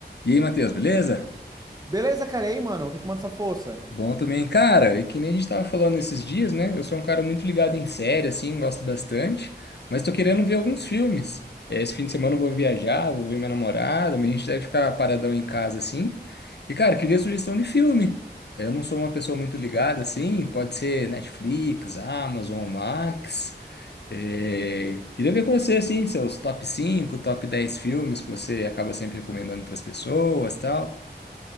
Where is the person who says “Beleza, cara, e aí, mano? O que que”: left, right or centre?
Right